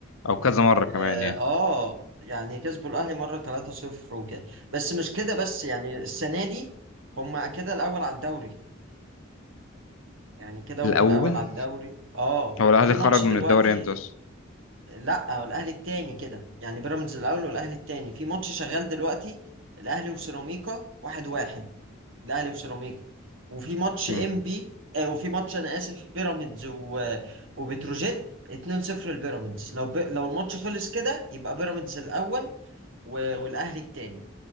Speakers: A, on the left (about 80°); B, on the right (about 65°).
A: أو كذا مرة كمان
B: اه
A: يعني
B: آه، يعني كسبوا الاهلي مره 3-0 وكده بس مش كده بس يعني السنه دي هم كده الاول على الدوري يعني كده هم
A: الأول
B: الاول على الدوري اه
A: هو الأهلي
B: في ماتش
A: خرج من
B: دلوقتي
A: الدوري إمتى أصلا؟
B: لا هو الاهلي التاني كده يعني بيراميدز الاول والاهلي التاني في ماتش شغال دلوقتي الاهلي وسيراميكا واحد واحد الاهلي وسيراميكا وفي ماتش
A: مم.
B: ام بي آه وفي ماتش انا اسف بيراميدز و... وبتروجيت 2-0 لبيراميدز لو ب... لو الماتش خلص كده يبقى بيراميدز الاول و- والاهلي التاني